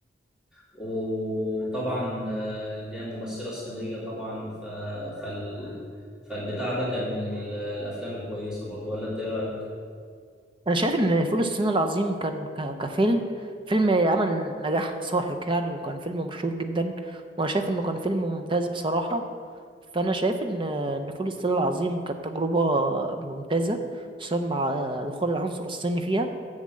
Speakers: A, in the centre; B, on the right.
A: وطبعا آه، اللي هي الممثلة الصينية طبعا ف... فال... فالبتاع ده كان من ال... الأفلام الكويسة برضو ولا أنت إيه رأيك؟
B: انا شايف ان فول الصين العظيم كان ك... كفيلم فيلم عمل نجاح ساحق يعني وكان فيلم مشهور جدا وانا شايف انه كان فيلم ممتاز بصراحة فانا شايف ان ان فول الصين العظيم كانت تجربة ممتازة خصوصا مع دخول العنصر الصيني فيها